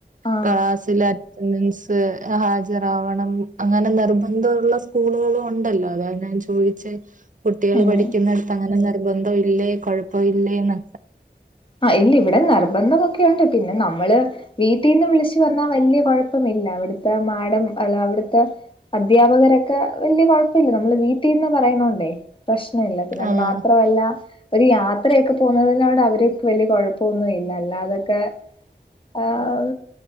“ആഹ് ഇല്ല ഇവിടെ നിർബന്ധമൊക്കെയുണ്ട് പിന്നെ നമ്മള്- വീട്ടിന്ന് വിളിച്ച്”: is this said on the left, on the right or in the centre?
Left